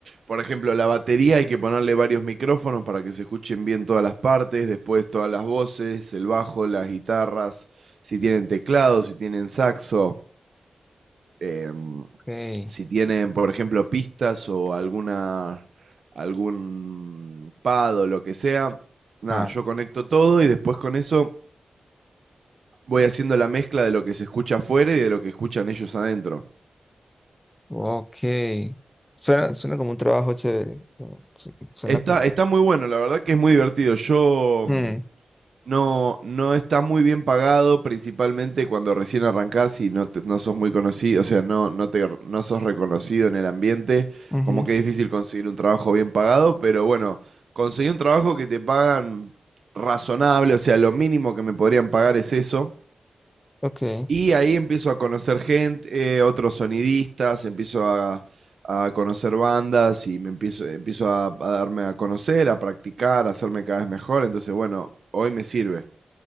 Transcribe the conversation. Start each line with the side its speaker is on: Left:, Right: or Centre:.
Right: por ejemplo, la batería hay que ponerle varios micrófonos para que se escuchen bien todas las partes, después todas las voces, el bajo, las guitarras, si tienen teclado, si tienen saxo. eh,
Left: Ok.
Right: si tienen, por ejemplo, pistas o alguna, algún pad o lo que sea, nada,
Left: Ah,
Right: yo conecto todo y después con eso voy haciendo la mezcla de lo que se escucha afuera y de lo que escuchan ellos adentro.
Left: ok. Suena, suena como un trabajo chévere. Su- su- Suena
Right: Está,
Left: como.
Right: está muy bueno, la verdad que es muy divertido. Yo
Left: Mm,
Right: mm, No, no está muy bien pagado, principalmente cuando recién arrancás y no, te- no sos muy conocido, o sea, no, no, te, no sos reconocido en el ambiente,
Left: ujú,
Right: como que es difícil conseguir un trabajo bien pagado, pero bueno, conseguí un trabajo que te pagan razonable, o sea, lo mínimo que me podrían pagar es eso,
Left: Ok.
Right: y ahí empiezo a conocer gente, eh, otros sonidistas, empiezo a, a conocer bandas y me empiezo, empiezo a, a darme a conocer, a practicar, a hacerme cada vez mejor, entonces bueno, hoy me sirve.